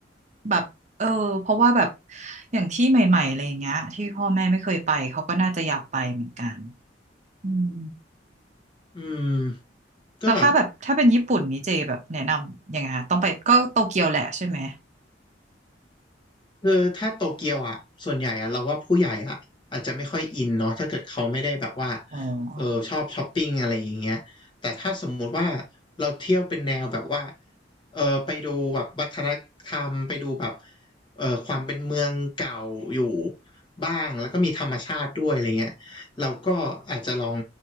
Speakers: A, on the right (about 40°); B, on the left (about 25°).
A: แบบเออเพราะว่าแบบ อย่างที่ใหม่ๆอะไรอย่างเงี้ยที่พ่อแม่ไม่เคยไปเขาก็น่าจะอยากไปเหมือนกันอืม
B: อืมก็แบบ
A: แล้วถ้าแบบถ้าเป็นญี่ปุ่นนี่เจแบบแนะนำยังไงคะต้องไปก็โตเกียวแหละใช่ไหม
B: คือถ้าโตเกียวอ่ะส่วนใหญ่อ่ะเราว่าผู้ใหญ่อ่ะอาจจะไม่ค่อยอินเนาะถ้าเกิดเขาไม่ได้แบบว่า
A: อ๋อ
B: เออชอบช้อปปิ้งอะไรอย่างเงี้ยแต่ถ้าสมมุติว่าเราเที่ยวเป็นแนวแบบว่าเออไปดูแบบวัฒนธรรมไปดูแบบเออความเป็นเมืองเก่าอยู่บ้างแล้วก็มีธรรมชาติด้วยอะไรเงี้ยเราก็อาจจะลอง